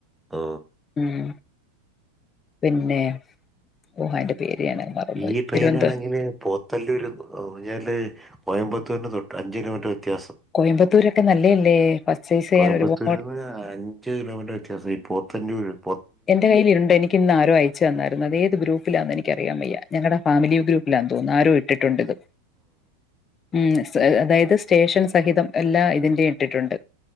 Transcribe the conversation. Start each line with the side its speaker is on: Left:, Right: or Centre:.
Centre: ഓ
Left: മ്മ് പിന്നെ <unintelligible> മറന്നുപോയി
Centre: ഈ ട്രെയിൻ
Left: തിരുവനന്ത
Centre: ആണെങ്കില് പോത്ത ലൂര് ഞ്ഞാല് കോയമ്പത്തൂരിന് തൊട്ട് അഞ്ച് കിലോമീറ്റർ ഒ വത്യാസം
Left: കോയമ്പത്തൂരൊക്കെ നല്ലയല്ലേ പർച്ചേസ് ചെയ്യാൻ
Centre: കോയമ്പത്തൂര്
Left: ഒരുപാട്
Centre: നിന്ന് അഞ്ച് കിലോമീറ്റർ വത്യാസം <unintelligible>
Left: എന്റെ കൈയിൽ ഉണ്ട് എനിക്ക് ആരോ അയച്ച് ച തന്നാരുന്ന് അത് ഏത് ഗ്രൂപ്പിൽ ആണെന്ന് എനിക്ക് അറിയാൻ വയ്യാ ഞങ്ങളുടെ ഫാമിലി ഗ്രൂപ്പിൽ ആന്ന്ത്തോ ആരോ ഇട്ടിട്ടോണ്ടിത് മ്മ് അതായിത് സ്റ്റേഷൻ സഹിതം എല്ലാ ഇതിന്റെയും ഇട്ടിട്ടുണ്ട്